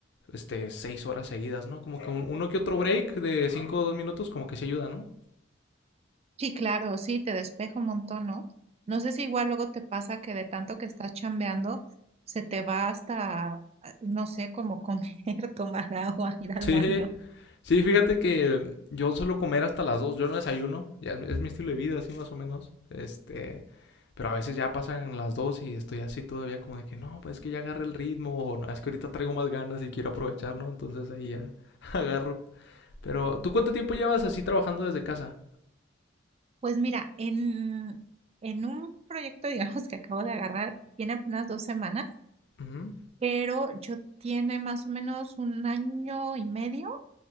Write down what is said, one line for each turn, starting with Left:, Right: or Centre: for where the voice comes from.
Left: este, seis horas seguidas, ¿no? Como que un- uno que otro break de cinco o dos minutos, como que se ayuda, ¿no?
Right: Sí, claro, sí, te despejo un montón, ¿no? No sé si igual luego te pasa que de tanto que estás chambeando, se te va hasta, ah, no sé, como comer, <laughs> tomar agua, ir al
Left: Sí,
Right: baño.
Left: Sí, fíjate que yo suelo comer hasta las 2. yo no desayuno, ya es, es mi estilo de vida así más o menos, este, pero a veces ya pasan las 2 y estoy así todavía como de que no, pues es que ya agarré el ritmo o no, es que ahorita traigo más ganas y quiero aprovechar, ¿no? Entonces ahí ya <laughs> agarro. Pero, ¿tú cuánto tiempo llevas así trabajando desde casa?
Right: Pues mira, en, en un proyecto, <laughs> digamos, que acabo de agarrar, tiene apenas dos semanas.
Left: Ujú,
Right: pero yo tiene más o menos un año y medio